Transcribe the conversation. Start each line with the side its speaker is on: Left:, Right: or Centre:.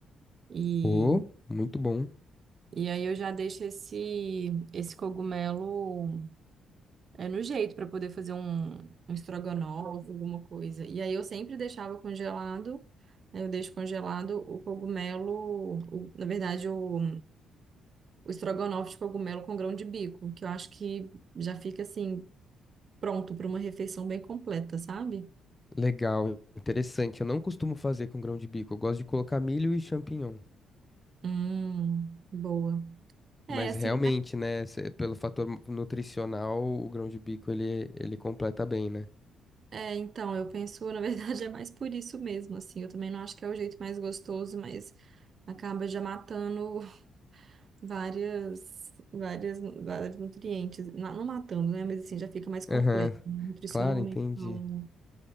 Right: E,
Left: Oh, muito bom.
Right: e aí eu já deixo esse, esse cogumelo é, no jeito para poder fazer um, um estrogonofe, alguma coisa. E aí eu sempre deixava congelado, né, eu deixo congelado o cogumelo, o- na verdade, o, o estrogonofe de cogumelo com grão de bico, que eu acho que já fica assim. pronto para uma refeição bem completa, sabe?
Left: Legal, interessante. Eu não costumo fazer com grão de bico. Eu gosto de colocar milho e champignon.
Right: Hum, boa.
Left: Mas
Right: É, assim,
Left: realmente, né, cê- pelo fator nutricional, o grão de bico ele, ele completa bem, né?
Right: é, é, então, eu penso, na verdade, <laughs> é mais por isso mesmo, assim, eu também não acho que é o jeito mais gostoso, mas acaba já matando <laughs> várias, várias, vários nutrientes, não, não matando, né, mas assim, já fica mais completa,
Left: Aham,
Right: nutricionalmente
Left: Claro, entendi.
Right: falando,